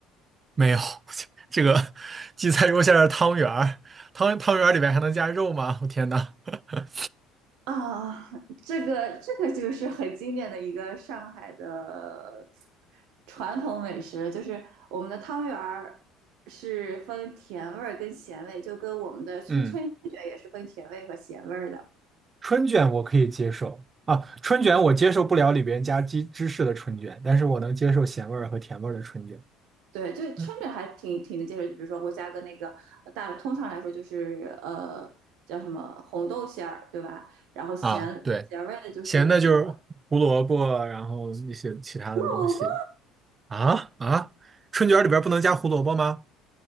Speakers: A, on the right (about 30°); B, on the right (about 75°).
A: 没有 <laughs> 这个荠菜肉馅的汤圆儿，汤汤圆儿里面还能加肉吗？我天呐，<laughs>
B: 啊，这个这个就是很经典的一个上海的传统美食，就是我们的汤圆儿是分甜味儿跟咸味，就跟我们的春春卷也是分甜味和咸味儿的。
A: 嗯，春卷我可以接受啊，春卷我接受不了里边加鸡芝士的春卷，但是我能接受咸味儿和甜味儿的春卷。
B: 对，就春卷还挺挺能接受，
A: 嗯
B: 就比如说我加个那个大，通常来说就是呃叫什么红豆馅儿，对吧？然后咸咸味儿的就是那个
A: 啊，对，咸的就是胡萝卜啊，然后一些其他的东西
B: 胡萝卜，
A: 啊啊，春卷儿里边儿不能加胡萝卜吗？